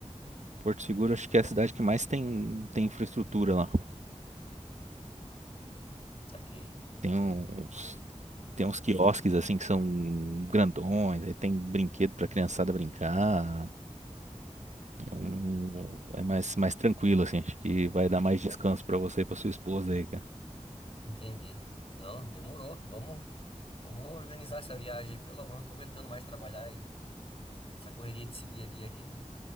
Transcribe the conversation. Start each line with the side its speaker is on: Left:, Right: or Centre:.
Right: Porto Seguro acho que é a cidade que mais tem, tem infraestrutura lá.
Left: Saquei.
Right: Tem uns, tem uns quiosques assim que são grandões, aí tem brinquedo pra criançada brincar. É, um, é mais, mais tranquilo, assim. Acho que vai dar mais descanso pra você e pra sua esposa aí, cara.
Left: Entendi. Não, demorou. Vamos, vamos organizar essa viagem. Pelo amor, não tô aguentando mais trabalhar e essa correria desse dia a dia aqui.